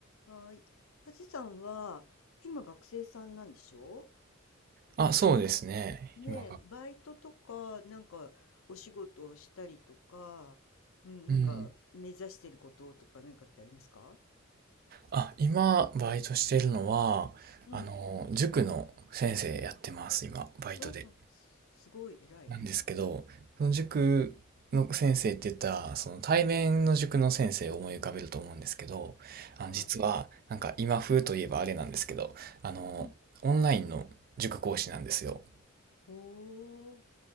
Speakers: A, on the left; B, on the right.
A: はーい。はじさんは、今学生さんなんでしょ
B: あ、そうですね。
A: ねえ、
B: 今が。
A: バイトとか、なんか、お仕事をしたりとか、うん、
B: うん。
A: なんか、目指してることとか、なんかってありますか
B: あ、今、バイトしてるのは、
A: うん。
B: あの、塾の先生やってます、今、バイトで。
A: わあ、すごい、偉い。
B: なんですけど、その塾の先生って言ったら、
A: うん。
B: その対面の塾の先生を思い浮かべると思うんですけど、あの、
A: はい。
B: 実は、なんか今風といえばあれなんですけど、あの、
A: うん。
B: オンラインの塾講師なんですよ。
A: おー。